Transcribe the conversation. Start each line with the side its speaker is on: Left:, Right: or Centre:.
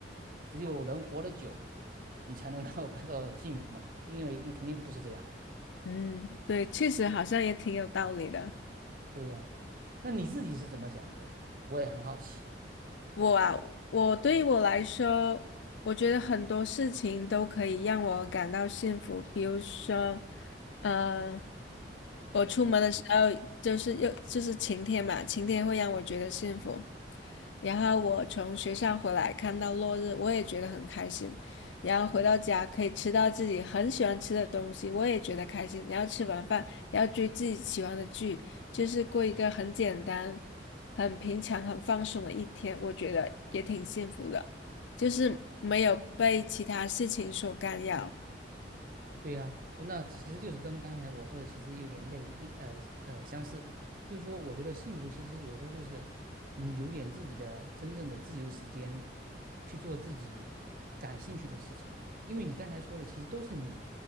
Right: 只有人活得久，你才能够 <laughs> 感到幸福嘛。因为肯定不是这样的。
Left: 嗯，对，确实好像也挺有道理的。
Right: 对呀，那你自己是怎么想的呢？我也很好奇。
Left: 我啊，我对于我来说，我觉得很多事情都可以让我感到幸福。比如说，嗯、我出门的时候就是又就是晴天嘛，晴天会让我觉得幸福。然后我从学校回来看到落日，我也觉得很开心。然后回到家可以吃到自己很喜欢吃的东西，我也觉得开心。然后吃完饭，然后追自己喜欢的剧，就是过一个很简单、很平常、很放松的一天，我觉得也挺幸福的，就是没有被其他事情所干扰。
Right: 对呀，那其实就是跟刚才我说的，其实有点类呃呃相似。就是说，我觉得幸福其实有时候就是你有点自己的真正的自由时间，去做自己感兴趣的事情啊。因为你刚才说的，其实都是你